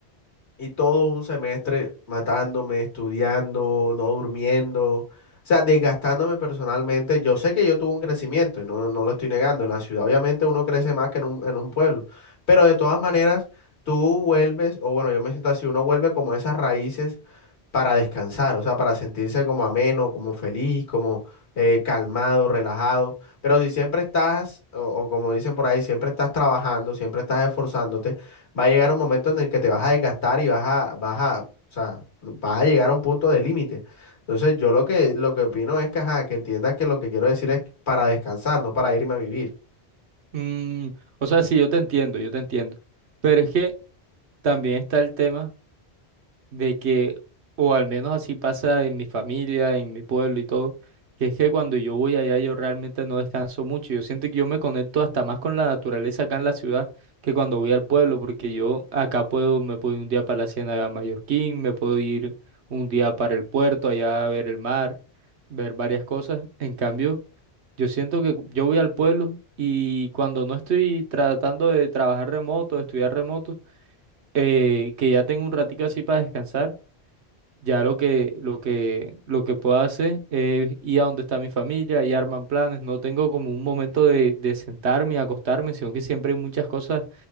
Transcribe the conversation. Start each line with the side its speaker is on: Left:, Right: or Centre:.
Left: y todo un semestre matándome, estudiando, no durmiendo, o sea, desgastándome personalmente, yo sé que yo tuve un crecimiento y no, no lo estoy negando. En la ciudad obviamente uno crece más que en un, en un pueblo. Pero de todas maneras, tú vuelves, o bueno, yo me siento así, uno vuelve como a esas raíces para descansar, o sea, para sentirse como ameno, como feliz, como eh, calmado, relajado. Pero si siempre estás, o, o como dicen por ahí, siempre estás trabajando, siempre estás esforzándote, va a llegar un momento en el que te vas a desgastar y vas a, vas a, o sea, vas a llegar a un punto de límite. Entonces, yo lo que, lo que opino es que, ajá, que entiendas que lo que quiero decir es para descansar, no para irme a vivir.
Right: Mm, o sea, sí, yo te entiendo, yo te entiendo. Pero es que también está el tema. de que, o al menos así pasa en mi familia, en mi pueblo y todo, que es que cuando yo voy allá yo realmente no descanso mucho. Yo siento que yo me conecto hasta más con la naturaleza acá en la ciudad que cuando voy al pueblo, porque yo acá puedo, me puedo ir un día para la Ciénaga Mallorquín, me puedo ir un día para el puerto, allá a ver el mar, ver varias cosas. En cambio, yo siento que yo voy al pueblo y cuando no estoy tratando de trabajar remoto, de estudiar remoto, eh, que ya tengo un ratico así para descansar ya lo que, lo que, lo que puedo hacer es ir a donde está mi familia y arman planes. No tengo como un momento de, de sentarme y acostarme, sino que siempre hay muchas cosas